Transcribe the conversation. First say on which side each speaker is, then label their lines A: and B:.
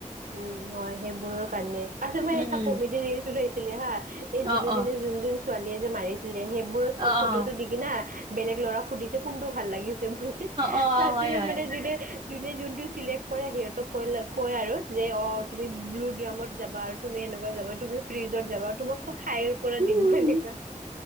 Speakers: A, on the right; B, on the right.
A: উম, হয় সেইবোৰৰ কাৰণে আৰু তোমাৰ
B: উম
A: এটা
B: উম
A: কমেডি ৰিলচ ওলাইছিলে হা এই যোনে
B: অ অ
A: যোনে যোন যোন ছোৱালীয়ে যে মাৰিছিলে সেইবোৰৰ চুখ
B: অ
A: ফটোটো
B: অ
A: দি কিনা বেলেগ ল'ৰা সুধিছে কোনটো ভাল লাগিছে বুলি
B: অ অ
A: তাৰ
B: হয়
A: পিছত
B: হয়
A: মানে যোনে যোনে যোনটো চিলেক্ট কৰে সিহঁতক কৈ কয় আৰু যে অ' তুমি ব্লু ড্ৰামত যাবা আৰু তুমি সেনেকুৱা যাবা তুমি ফ্ৰিজত যাবা আৰু তোমাক তো খাইৰ পৰা
B: উম
A: দিব এনেকুৱা।